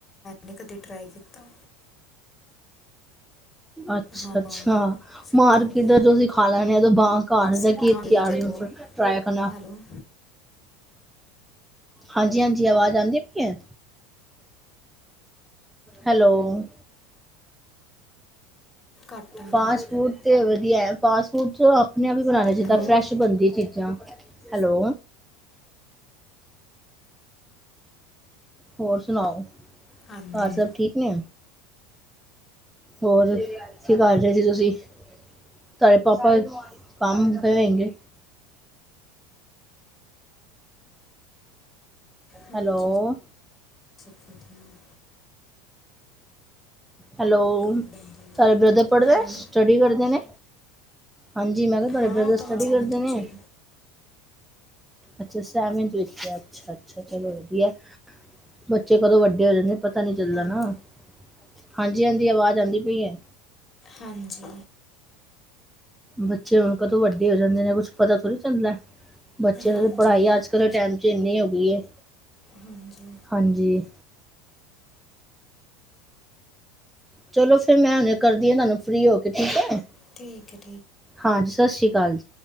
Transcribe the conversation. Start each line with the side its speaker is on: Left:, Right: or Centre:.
Left: ਨੀ ਕਦੇ ਟਰਾਈ ਕੀਤਾ।
Centre: ਅੱਛਾ-ਅੱਛਾ।
Left: ਹਾਂ ਸਿੱਖਾਂਗੇ
Centre: ਮਾਰਕੀਟ ਦਾ ਜੋ ਤੁਸੀਂ ਖਾ ਲੈਨੇ ਆ, ਘਰ
Left: ਸਿੱਖਾਂਗੇ
Centre: ਦਾ ਕੀ ਟਰਾਏ
Left: ਜਦੋਂ
Centre: ਕਰਨਾ।
Left: ਹੈਲੋ
Centre: ਹਾਂਜੀ-ਹਾਂਜੀ, ਆਵਾਜ਼ ਆਂਦੀ ਪਈ ਐ, ਹੈਲੋ
Left: ਘੱਟ ਆ ਰਹੀ
Centre: ਫਾਸਟ
Left: ਹੈ
Centre: ਫੂਡ ਤੇ ਵਧੀਆ, ਫਾਸਟ ਫੂਡ ਚ ਆਪਣੇ ਆਪ ਹੀ ਬਣਾਣਾ ਚਾਹੀਦਾ,
Left: ਹੈਲੋ
Centre: ਫਰੈਸ਼ ਬਣਦੀ ਐ ਚੀਜ਼ਾਂ, ਹੈਲੋ ਹੋਰ ਸੁਣਾਓ, ਘਰ
Left: ਹਾਂਜੀ
Centre: ਸਭ ਠੀਕ ਨੇ। ਹੋਰ ਕੀ ਕਰ ਰਹੇ ਸੀ ਤੁਸੀਂ। ਤਹਾਡੇ ਪਾਪਾ ਕੰਮ ਕਰ ਰਹੇ ਹੋਏਗੇ।
Left: ਹਾਂਜੀ,
Centre: ਹੈਲੋ
Left: ਸਬ ਵਧੀਆ।
Centre: ਹੈਲੋ,
Left: ਕੰਮ ਬੰਦੇ
Centre: ਤਹਾਡਾ ਬਰਦਰ ਪੜ੍ਹਦਾ,
Left: ਹੈਲੋ
Centre: ਸਟੱਡੀ ਕਰਦੇ ਨੇ। ਹਾਂਜੀ, ਮੈਂ ਕਿਹਾ ਤੁਹਾਡੇ
Left: ਹਾਂ
Centre: ਬ੍ਰਦਰ
Left: ਉਹ ਤਾਂ
Centre: ਸਟੱਡੀ
Left: ਹਾਲੇ ਸੈਵਨਥ
Centre: ਕਰਦੇ ਨੇ।
Left: ਚ ਹੈ
Centre: ਅੱਛਾ, ਸੈਵਨਥ ਵਿੱਚ ਐ, ਅੱਛਾ-ਅੱਛਾ ਚਲੋ ਵਧੀਆ, ਬੱਚੇ ਕਦੋਂ ਵੱਡੇ ਹੋ ਜਾਂਦੇ ਨੇ। ਪਤਾ ਨੀ ਚੱਲਦਾ
Left: ਹੈਲੋ
Centre: ਨਾ, ਹਾਂਜੀ-ਹਾਂਜੀ ਆਵਾਜ਼ ਆਂਦੀ ਪਈ ਐ।
Left: ਹਾਂਜੀ।
Centre: ਬੱਚੇ ਹੁਣ ਕਦੋਂ ਵੱਡੇ ਹੋ ਜਾਂਦੇ ਨੇ ਕੁੱਛ ਪਤਾ ਥੋੜੀ ਚੱਲਦਾ, ਬੱਚੇ ਨੂੰ
Left: ਹਾਂਜੀ
Centre: ਤਾਂ ਪੜ੍ਹਾਈ ਅੱਜ ਕੱਲ ਦੇ ਟਾਈਮ ਚ ਏਨੀ ਹੋ ਗਈ ਏ।
Left: ਹਾਂਜੀ।
Centre: ਹਾਂਜੀ। ਚਲੋ ਫੇਰ ਮੈਂ ਹੁਨੇ ਕਰਦੀ ਆਂ ਤੁਹਾਨੂੰ ਫ੍ਰੀ ਹੋ ਕੇ ਠੀਕ ਐ,
Left: ਠੀਕ ਹੈ
Centre: ਹਾਂਜੀ ਸਸ ਰੀ ਕਾਲ।